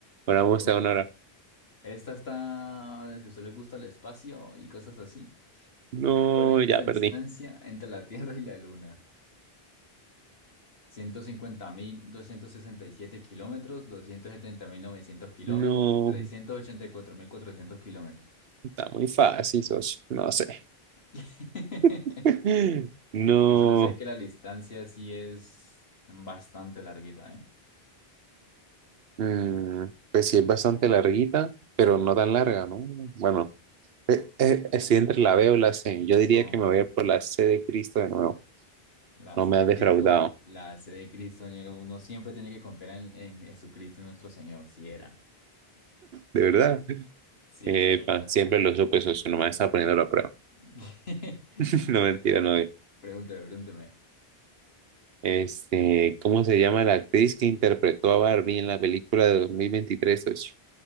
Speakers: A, on the right; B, on the left.
A: Ahora
B: Le
A: vamos
B: pregunto,
A: a una hora.
B: ¿esta está, si a usted le gusta el espacio y cosas así?
A: No,
B: ¿Cuál es
A: ya
B: la distancia
A: perdí.
B: entre la Tierra y la Luna? ciento cincuenta mil doscientos sesenta y siete kilómetros, 270.900 kilómetros,
A: No,
B: 384.400 kilómetros.
A: está muy fácil, socio. No sé.
B: <laughs>
A: <laughs> No.
B: Yo solo sé que la distancia sí es bastante larguita, ¿eh?
A: Mm, pues sí, es bastante larguita, pero no tan larga, ¿no? Bueno, Eh, eh, estoy entre la B o la C. Yo diría
B: No,
A: que me voy a ir por la C de Cristo de nuevo.
B: la
A: No
B: sede
A: me ha
B: de
A: defraudado,
B: Cristo, la sede de Cristo, ñero, uno siempre tiene que confiar en, en Jesucristo nuestro Señor, si era.
A: de verdad.
B: Si
A: Epa,
B: era.
A: siempre lo supe, socio, nomás estaba poniendo a prueba.
B: <laughs>
A: <laughs> No mentira,
B: Eso,
A: no. eh.
B: pregúnteme, pregúnteme.
A: Este, ¿cómo se llama la actriz que interpretó a Barbie en la película de 2023, socio?